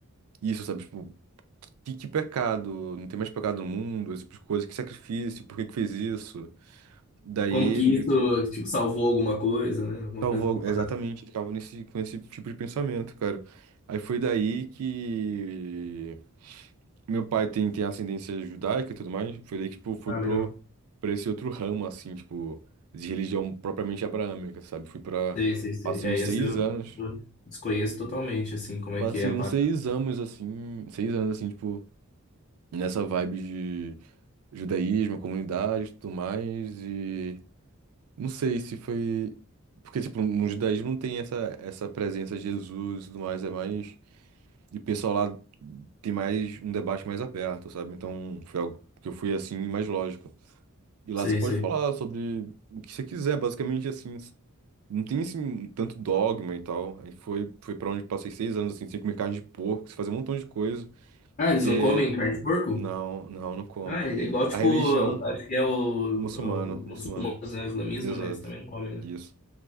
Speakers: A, on the right; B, on the left.
A: isso, sabe? Tipo, que, que pecado, não tem mais pecado no mundo, esse tipo de coisa, que sacrifício, por que que fez isso? Daí
B: Como que
A: meio
B: isso,
A: que
B: tipo, salvou alguma coisa, né? Alguma
A: salvou,
B: coisa pra
A: exatamente,
B: parar.
A: ele ficava nesse, com esse tipo de pensamento, cara. Aí foi daí que meu pai tem, tem ascendência judaica e tudo mais, foi daí que, tipo, fui
B: Ah,
A: pro,
B: legal.
A: pra esse outro ramo, assim, tipo, de religião propriamente abraâmica, sabe? Fui pra,
B: Sei, sei, sei.
A: passei
B: É,
A: uns
B: isso
A: seis
B: eu
A: anos,
B: eu desconheço totalmente, assim, como é
A: passei
B: que é a
A: uns
B: parada.
A: seis anos, assim, seis anos, assim, tipo, nessa vibe judaísmo, comunidade, tudo mais e não sei se foi porque tipo no judaísmo não tem essa essa presença de Jesus e tudo mais, é mais e o pessoal lá tem mais um debate mais aberto, sabe? Então foi algo que eu fui assim mais lógico. E lá
B: Sei,
A: você pode
B: sei.
A: falar sobre o que você quiser, basicamente assim, não tem assim tanto dogma e tal. Aí foi foi para onde eu passei seis anos assim, sem comer carne de porco, sem fazer um montão de coisa,
B: Ah,
A: porque
B: eles não comem carne de porco?
A: não, não, não come.
B: Ah, é igual, tipo,
A: A religião
B: acho que é o,
A: muçulmano,
B: é o
A: muçulmano.
B: muçulmanos, né? O islamismo,
A: Exato.
B: né? Eles também não comem, né?
A: Isso.